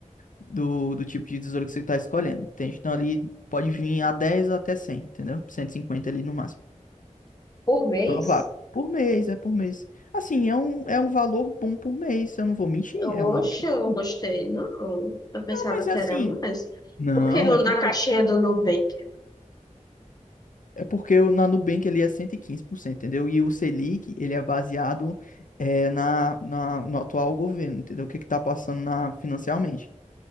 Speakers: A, on the left; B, on the left.
A: do, do tipo de tesouro que você está escolhendo. Entende? Então ali pode vir a 10 até cem entendeu? cento e cinquenta ali no máximo.
B: Por mês?
A: Provável. Por mês, é por mês. Assim, é um, é um valor bom por mês, eu não vou mentir,
B: Eu,
A: é um
B: oxe,
A: ótimo
B: eu
A: valor.
B: não gostei. Não, eu pensava
A: Não, mas
B: que
A: é assim.
B: era mais.
A: Não,
B: Porque no,
A: é porque
B: na caixinha do Nubank.
A: É porque o- na Nubank ele é 115%, entendeu? E o Selic, ele é baseado eh, na, na- no atual governo, entendeu? O que que tá passando na, financeiramente.